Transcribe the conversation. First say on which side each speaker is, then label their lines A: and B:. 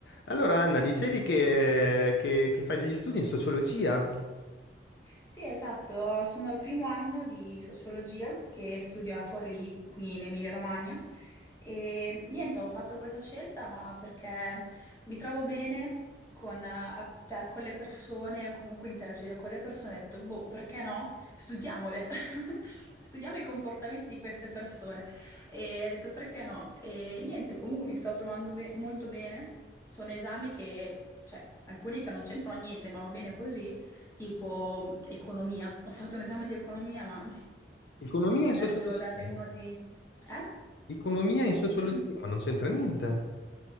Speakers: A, on the left (about 70°); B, on the left (about 15°).
A: Allora, Anna, dicevi che, che- che fai degli studi in sociologia,
B: Sì, esatto, sono al primo anno di sociologia che studio a Forlì, qui in Emilia-Romagna e niente, ho fatto questa scelta ma perché mi trovo bene con, eh, a- cioè, con le persone o comunque interagire con le persone, ho detto, boh, perché no? Studiamole, <laughs> studiamo i comportamenti di queste persone e ho detto perché no? E niente, comunque mi sto trovando be- molto bene, sono esami che, cioè, alcuni che non c'entrano niente, ma va bene così tipo economia. Ho fatto un esame di economia, ma
A: economia in
B: adesso
A: sociologia,
B: devo darne uno di... Eh?
A: economia in sociologia,
B: <laughs>
A: ma non c'entra niente.